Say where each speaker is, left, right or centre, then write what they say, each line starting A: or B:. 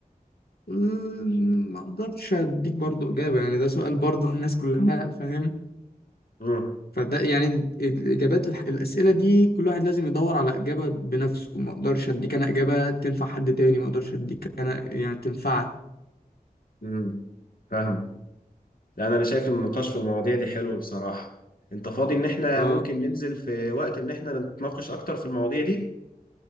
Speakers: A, on the left; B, on the left.
A: مم، ما اقدرش اديك برضو إجابة يعني ده سؤال برضو الناس كلها فاهم
B: امم
A: فده يعني الإجابات الح- الأسئلة دي كل واحد لازم يدور على إجابة بنفسه ما اقدرش اديك انا إجابة تنفع حد تاني ما اقدرش اديك انا يعني تنفعك
B: امم فاهم لان انا شايف إن النقاش في المواضيع دي حلو بصراحة انت فاضي ان احنا
A: اه
B: ممكن ننزل في وقت ان احنا نتناقش اكتر في المواضيع دي